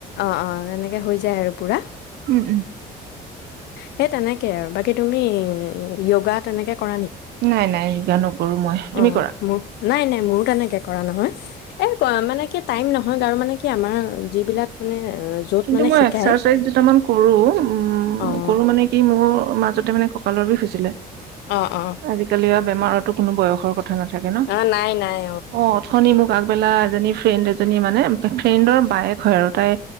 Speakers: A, on the left (about 80°); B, on the right (about 75°).
A: অঁ অঁ তেনেকৈ হৈ যায় আৰু পূৰা
B: উম উম
A: সেই তেনেকে আৰু বাকী তুমি যোগা তেনেকে কৰা নেকি
B: নাই নাই যোগা নকৰো মই
A: অ
B: তুমি কৰা
A: মোৰ নাই নাই মোৰো তেনেকৈ কৰা নহয় এইবোৰ কৰা মানে কি টাইম নহয় বাৰু মানে কি আমাৰ যিবিলাক মানে অ, য'ত
B: কিন্তু
A: মানে
B: মই
A: শিকায়
B: এক্সাৰচাইজ দুটামান কৰো উম
A: অ',
B: কৰো মানে কি মোৰ মাজতে মানে কঁকালৰ বিষ আছিলে
A: অ', অ',
B: আজিকালি বেমাৰতো কোনো বয়সৰ কথা না থাকে ন
A: অ', নাই নাই
B: অ অথনি মোক এজনী ফ্ৰেণ্ড এজনী মানে ফ্ৰেণ্ডৰ বায়েক হয় আৰু তাই